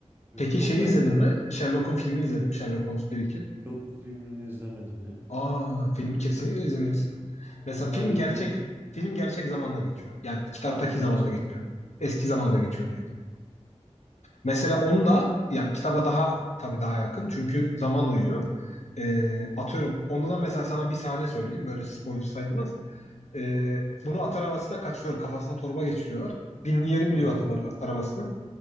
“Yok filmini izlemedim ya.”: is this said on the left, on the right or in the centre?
Right